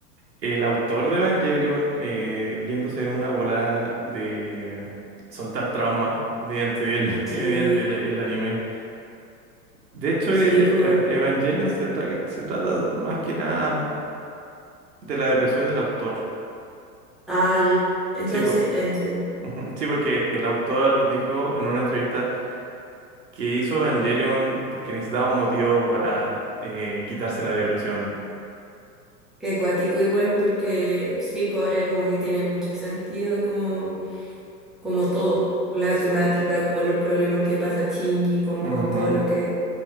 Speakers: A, on the right (about 80°); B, in the centre.
A: el autor de Evangelion eh, yéndose en una bola de soltar trauma mediante el, <laughs>
B: Sí,
A: mediante el, el anime. De hecho,
B: sí,
A: e-
B: pues.
A: e- Evangelion se, tra- se trata más que nada de la depresión del autor.
B: Ah, ya. Entonces,
A: Sí, por-
B: ya entiendo.
A: ujú. Sí, porque el autor dijo en una entrevista que hizo Evangelion porque necesitaba un motivo para eh, quitarse la depresión.
B: Que cuático igual porque sí, pues ahora como que tiene mucho sentido como, como todo, la
A: Sí.
B: temática, como los problemas que pasa Shinji, como
A: Ujú.
B: todo lo que